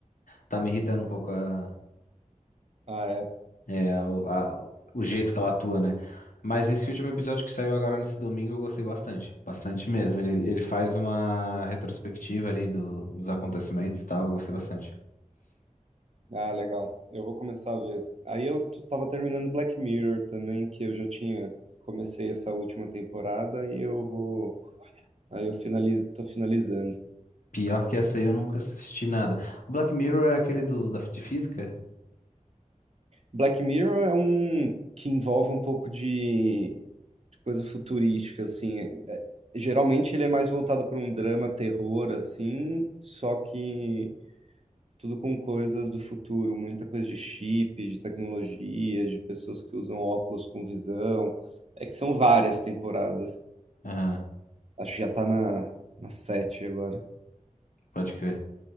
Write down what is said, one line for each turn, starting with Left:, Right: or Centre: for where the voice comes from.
Left: tá me irritando um pouco a-
Right: Ah, é.
Left: é, a- o a- o jeito que ela atua, né? Mas esse último episódio que saiu agora nesse domingo eu gostei bastante. Bastante mesmo. Ele, ele faz uma retrospectiva ali do- dos acontecimentos e tal. Eu gostei bastante.
Right: Ah, legal. Eu vou começar a ver. Aí eu t- tava terminando Black Mirror também, que eu já tinha comecei essa última temporada e eu vou. Aí eu finalizo, tô finalizando.
Left: Pior que essa aí eu nunca assisti nada. O Black Mirror era aquele do, da, de física?
Right: Black Mirror é um que envolve um pouco de, de coisa futurística, assim. É- é- geralmente ele é mais voltado para um drama, terror, assim, só que tudo com coisas do futuro, muita coisa de chip, de tecnologia, de pessoas que usam óculos com visão. É que são várias temporadas.
Left: Aham,
Right: Acho que já tá na, na sete agora.
Left: pode crer.